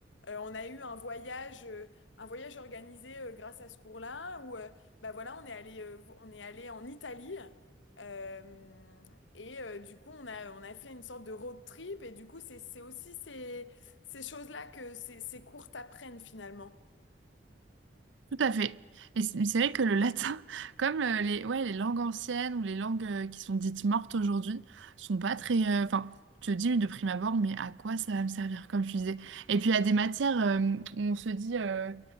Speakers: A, on the left; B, on the right.
A: Euh, on a eu un voyage, euh, un voyage organisé euh, grâce à ce cours-là où euh, bah voilà, on est allé, euh, vo- on est allé en Italie euh, et euh, du coup on a, on a fait une sorte de road trip et du coup c'est, c'est aussi ces, ces choses-là que ces, ces cours t'apprennent finalement.
B: Tout à fait. Et c'est c'est vrai que le latin, <laughs> comme euh, les, ouais, les langues anciennes ou les langues euh, qui sont dites mortes aujourd'hui, sont pas très. euh, Enfin, tu te dis de prime abord, mais à quoi ça va me servir, comme tu disais. Et puis il y a des matières euh, où on se dit euh,